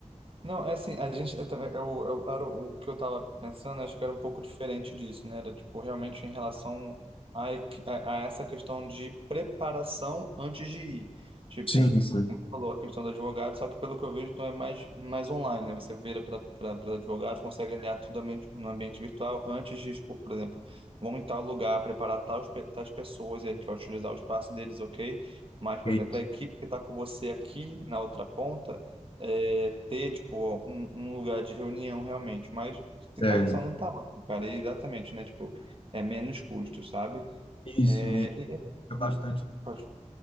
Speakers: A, on the right; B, on the left.
A: Não, é assim, a gente, eu também, eu, eu- era o que eu estava pensando, acho que era um pouco diferente disso, né? Era, tipo, realmente em relação a, equi- a, a essa questão de preparação antes de ir. Tipo,
B: Sim, sim.
A: como você falou, a questão do advogado, só que pelo que eu vejo, então é mais, mais online, né? Você vira para advogado, consegue alinhar tudo ambiente- no ambiente virtual antes de, tipo, por exemplo, vamos em tal lugar, preparar tais, pe- tais pessoas e a gente vai utilizar o espaço deles, ok? Mas, por
B: E-
A: exemplo, a equipe que está com você aqui na outra ponta, é, ter, tipo, um, um lugar de reunião realmente. Mas se
B: É,
A: tá funcionando, tá ótimo, cara. E exatamente, né? Tipo, é menos custos, sabe?
B: Isso,
A: É,
B: isso
A: e,
B: é bastante
A: e- pode,